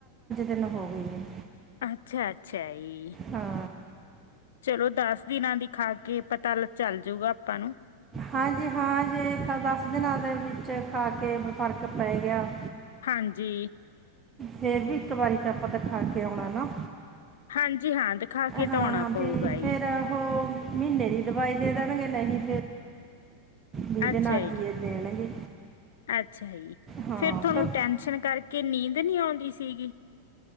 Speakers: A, on the right; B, on the left.
A: ਦਿਨ ਹੋ ਗਏ ਜੀ
B: ਅੱਛਾ-ਅੱਛਾ ਈ
A: ਹਾਂ
B: ਚਲੋ ਦਸ ਦਿਨਾਂ ਦੀ ਖਾ ਕੇ ਪਤਾ ਚੱਲ ਜਊਗਾ ਆਪਾਂ ਨੂੰ
A: ਹਾਂਜੀ ਹਾਂ ਜੇ ਦਸ ਦਿਨਾਂ ਦੇ ਵਿੱਚ ਖਾ ਕੇ ਫ਼ਰਕ ਪੈ ਗਿਆ
B: ਹਾਂਜੀ।
A: ਫੇਰ ਵੀ ਇੱਕ ਵਾਰੀ ਤੇ ਆਪਾਂ ਤਾਂ ਖਾ ਕੇ ਆਉਣਾ ਨਾ
B: ਹਾਂਜੀ ਹਾਂ ਦਿਖਾ ਕੇ
A: ਹਾਂ
B: ਧ ਆਣਾ ਪਊਗਾ
A: ਵੀ
B: ਈ
A: ਫਿਰ ਉਹ ਮਹੀਨੇ ਦੀ ਦਵਾਈ ਦੇ ਦੇਣਗੇ ਨਹੀਂ ਵੀਹ
B: ਅੱਛਾ
A: ਤੇ ਨਾਲਚ
B: ਜੀ
A: ਦੇਣਗੇ
B: ਅੱਛਾ ਜੀ
A: ਹਾਂ
B: ਫਿਰ ਤੁਹਾਨੂੰ
A: ਪਰ
B: ਟੈਸ਼ਨ ਕਰਕੇ ਨੀਂਦ ਨਹੀਂ ਆਉਂਦੀ ਸੀਗੀ?